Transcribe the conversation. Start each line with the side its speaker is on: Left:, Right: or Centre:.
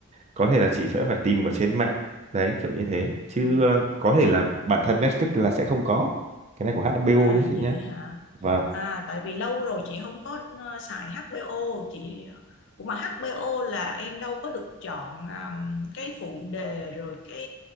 Right: có thể là chị sẽ phải tìm ở trên mạng đấy kiểu như thế chứ
Left: à,
Right: ờ, có thể
Left: chị
Right: là bản thân Netflix là sẽ không có cái này của HBO
Left: à
Right: nhé chị
Left: vậy
Right: nhé
Left: hả
Right: và
Left: à tại vì lâu rồi chị không có ờ, xài HBO chị Ủa mà HBO là em đâu có được chọn um, cái phụ đề rồi cái